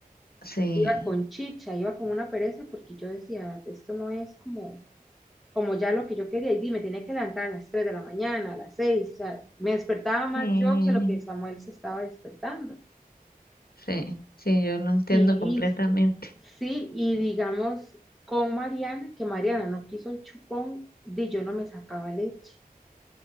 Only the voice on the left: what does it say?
Sí.
Sí,
sí, sí, yo lo entiendo
completamente.